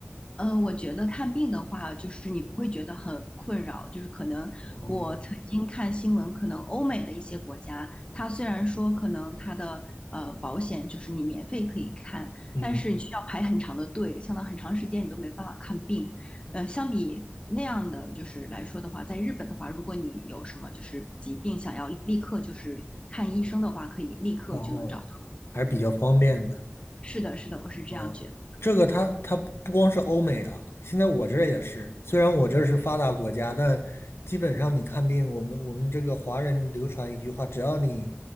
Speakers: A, on the left (about 25°); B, on the left (about 80°).
A: 嗯，我觉得看病的话，就是你不会觉得很困扰。就是可能我曾经看新闻，
B: 哦，
A: 可能欧美的一些国家，它虽然说可能它的呃保险就是你免费可以看，
B: 嗯，
A: 但是你需要排很长的队，相当很长时间你都没办法看病。呃，相比那样的就是来说的话，在日本的话，如果你有什么就是疾病想要立刻就是看医生的话，可以立刻就能找到。
B: 哦，还是比较方便的。
A: 是的，是的，我是这样觉得。
B: 哦，这个他他不光是欧美的，现在我这儿也是。虽然我这是发达国家，但基本上你看病，我们我们这个华人流传一句话，只要你